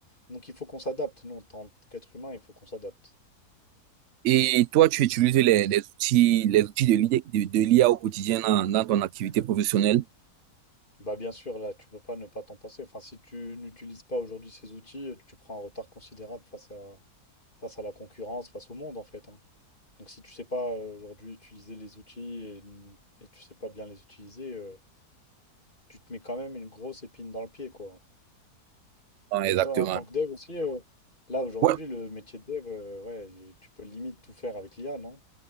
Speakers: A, on the left; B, on the right.
A: Donc, il faut qu'on s'adapte. Nous, en tant qu'être humain, il faut qu'on s'adapte.
B: Et toi, tu utilises les, les outils, les outils de l'IA, de, de l'IA au quotidien dans, dans ton activité professionnelle?
A: Bah, bien sûr, là, tu peux pas ne pas t'en passer. Enfin, si tu n'utilises pas aujourd'hui ces outils, tu prends un retard considérable face à, face à la concurrence, face au monde, en fait, hein. Donc si tu sais pas euh, aujourd'hui utiliser les outils et, et tu sais pas bien les utiliser, euh, tu te mets quand même une grosse épine dans le pied, quoi.
B: Ah,
A: Et
B: exactement.
A: toi, en tant que dev aussi, euh, là aujourd'hui,
B: Ouais,
A: le métier de dev, euh, ouais, il est- tu peux limite tout faire avec l'IA, non?